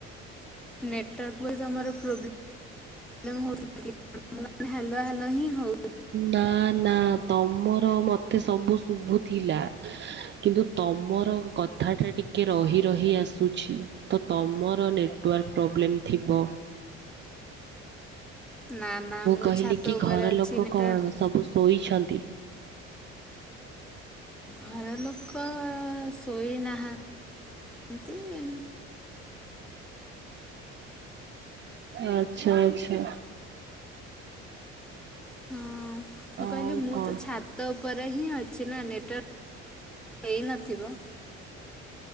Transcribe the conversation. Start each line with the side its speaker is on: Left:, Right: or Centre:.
Centre: ନେଟୱାର୍କ ବି ତମର ପ୍ରବ୍ଲେଲେଉଥିଲା କି। ମୁଁ ହାଲ ହାଲ ହିଁ ହଉ।
Right: ନା। ନା ତମର ମତେ ସବୁ ଶୁଭୁ ଥିଲା କିନ୍ତୁ ତମର- କଥାଟା ଟିକିଏ ରହି ରହି ଆସୁଛି ତ ତୁମର ନେଟୱାର୍କ ପ୍ରୋବ୍ଲେମ୍ ଥିବ।
Centre: ନା ନା ମୁଁ
Right: କହିଲି
Centre: ଛାତ
Right: କି
Centre: ଉପରେ
Right: ଘର
Centre: ଅଛି
Right: ଲୋକ
Centre: ନେଟୱର୍କ।
Right: କଣ ସବୁ ଶୋଇଛନ୍ତି?
Centre: ଘର ଲୋକ ଶୋଇନାହାନ୍ତି। ଏମତି ଏ।
Right: ଆଚ୍ଛା ଆଚ୍ଛା।
Centre: ହଁ ମୁଁ
Right: ଆଉ
Centre: କହିଲି ମୁଁ
Right: କଣ?
Centre: ତ ଛାତ- ଛାତ ଉପରେ ହିଁ ଅଛି ନା ନେଟୱାର୍କ ହେଇନଥିବ।